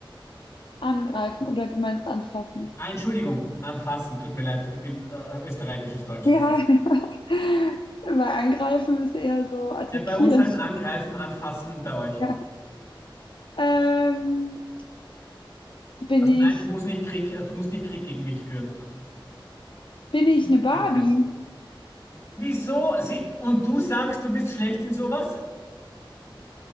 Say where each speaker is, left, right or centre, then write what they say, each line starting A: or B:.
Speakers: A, on the left (about 65°); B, on the left (about 30°).
A: angreifen oder du meinst anfassen?
B: Ah, Entschuldigung, anfassen. Tut mir leid, ich bin äh, österreichisches Deutsch.
A: Ja,
B: Tut mir leid.
A: <laughs> weil angreifen ist eher so attackieren.
B: Ja, bei uns heißt
A: <laughs>
B: angreifen, anfassen bei euch.
A: Ja. Ähm, bin
B: Also
A: ich,
B: nein, ich muss nicht Krieg, äh, du musst nicht Krieg gegen mich führen.
A: bin ich
B: Nicht
A: eine Barbie?
B: angreifen. Wieso? Sie, und du sagst, du bist schlecht in sowas?